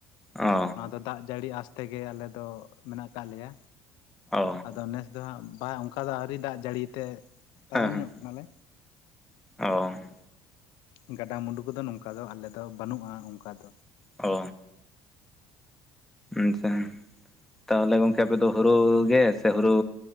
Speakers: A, in the centre; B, on the left (about 75°).
A: ᱚ
B: ᱱᱚᱣᱟ ᱫᱚ ᱫᱟᱜ ᱡᱟᱹᱲᱤ ᱟᱥᱛᱮ ᱜᱮ ᱟᱞᱮ ᱫᱚ ᱢᱮᱱᱟᱜ ᱠᱫ ᱞᱮᱭᱟ
A: ᱚ
B: ᱟᱫᱚ ᱱᱮᱥ ᱫᱚ ᱦᱟᱸᱜ ᱵᱟᱭ ᱚᱱᱠᱟ ᱫᱚ ᱟᱹᱣᱨᱤ ᱫᱟᱜ ᱡᱟᱹᱲᱤ ᱛᱮ ᱛᱟᱭᱚᱢ
A: ᱦᱮᱸ ᱦᱮᱸ
B: ᱧᱚᱜ ᱠᱟᱱᱟᱞᱮ
A: ᱚ
B: ᱜᱟᱰᱟ ᱢᱩᱰᱩ ᱠᱚᱫᱚ ᱱᱚᱝᱠᱟ ᱫᱚ ᱟᱞᱮ ᱫᱚ ᱵᱟᱹᱱᱩᱜᱼᱟ ᱚᱱᱠᱟ ᱫᱚ
A: ᱚ ᱟᱪᱪᱷᱟ ᱛᱟᱦᱞᱮ ᱜᱚᱝᱠᱮ ᱟᱯᱮᱫᱚ ᱦᱩᱲᱩ ᱜᱮ ᱥᱮ ᱦᱩᱲᱩ